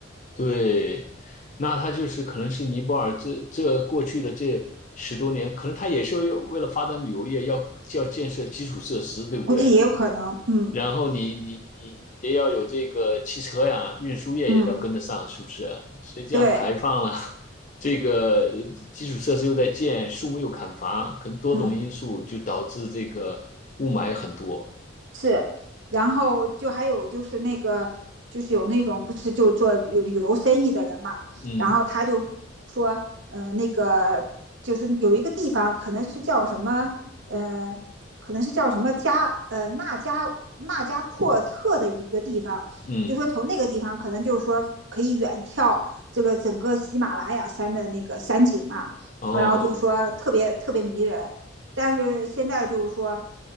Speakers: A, on the left; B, on the right.
A: 对，那他就是可能是尼泊尔这这过去的这十多年，可能他也是要为了发展旅游业要，要建设基础设施，对不对？
B: 估计也有可能。嗯
A: 然后你你你你得要有这个汽车呀，运输业也得要跟得上，
B: 嗯，
A: 是不是？所以这样排放了，
B: 对，
A: <laughs> 这个呃基础设施又在建，树木又砍伐，可能多种因素就导致这个雾霾很多。
B: 嗯。是，然后就还有就是那个，就是有那种不是就做旅旅游生意的人嘛，
A: 嗯
B: 然后他就说，呃，那个就是有一个地方可能是叫什么，呃，可能是叫什么加呃纳加纳加阔特的一个地方，
A: 嗯，
B: 就说从那个地方可能就是说可以远眺这个整个喜马拉雅山的那个山景嘛，
A: 哦，
B: 然后就说特别特别迷人，但是现在就是说，